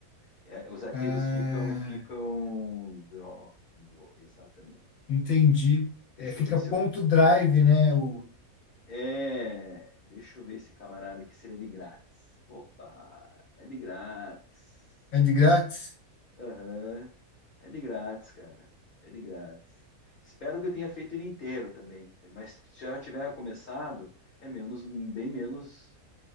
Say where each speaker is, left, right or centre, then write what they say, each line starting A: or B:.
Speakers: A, on the left (about 45°); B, on the left (about 70°).
A: É, os arquivos
B: Ah.
A: ficam, ficam. dro- Exatamente.
B: Entendi.
A: Deixa
B: É, fica
A: eu ver se
B: ponto
A: eu.
B: drive, né? O,
A: É, deixa eu ver esse camarada aqui seria de grátis. Opa, é de grátis.
B: é de grátis?
A: Aham, é de grátis, cara. É de grátis. Espero que eu tenha feito ele inteiro também, mas se já tiver começado, é menos, bem menos,